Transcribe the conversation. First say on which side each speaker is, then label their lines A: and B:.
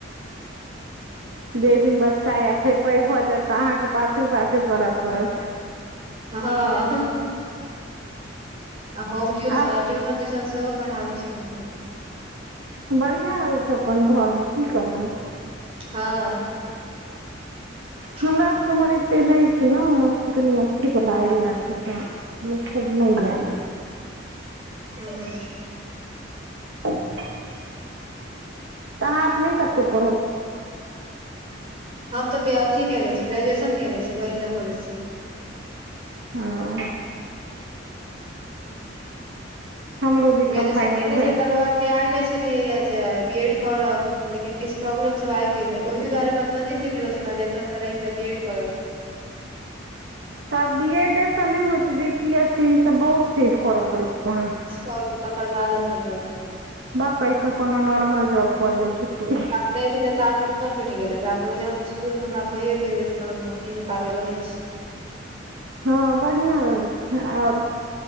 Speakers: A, on the right (about 65°); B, on the right (about 30°).
A: जै दिन बच्चा या फेर पैघ भऽ जायत तऽ अहाँके पाछू- पाछू करऽ पड़त।
B: हँ, होम टूयूशन-टूयूशन
A: आब
B: सेहो। पढ़ाबै छै अपने भइ।
A: बढ़ियां अइछ अपन घर में की करबै।
B: हँ। <unintelligible>
A: हमरा सबके उम्हर एते नै छै न, हमरा सबके कनि अथी वाला एरिया छै तऽ। लोक सब नइ यैल।
B: हँ,
A: तऽ अहाँ अपने कते पढ़ल छी।
B: हम तऽ बी अथी केने छी, ग्रेजुएशन केने छि महिला कॉलेज सॅ।
A: हाँ। हमरो बी
B: ग्रेजुएशन
A: कम फाइनल
B: कने
A: भेल
B: छै तकर बाद बी आने छै। छलियै जे बी एड करब लेकिन किछु प्रॉब्लम सब आबि गेलै, ओहि दुआरे मधुबनी सिफ्ट भेल छलौं जे। ओतऽ सॅ रहीके बी एड करब।
A: तऽ बी एडए से नहि होइ छै, बी पी एस सी ई सब बहुत चीज करऽ पड़ै छै कहाँदन।
B: करलू, तकर बाद अथी करू।
A: भक अइसे कोनो नॉर्मल जॉब कॉलियै छुट्टी।
B: नइ भेले तऽ आब मूनो टूटि गेलै आब जहन स्कूल में हमरा भये गेले तहन अही में ताबे रहै छी।
A: हँ बढ़िआँ रहै छै आब।